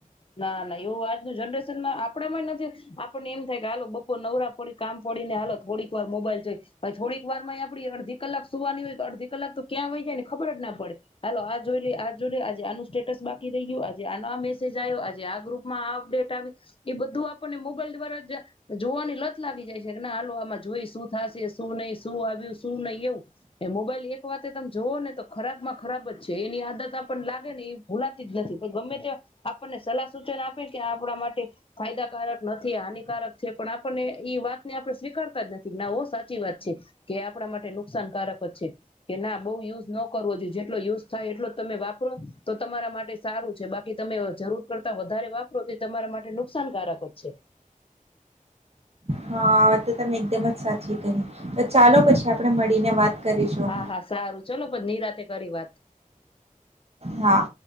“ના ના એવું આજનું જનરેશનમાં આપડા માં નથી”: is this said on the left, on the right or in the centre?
Left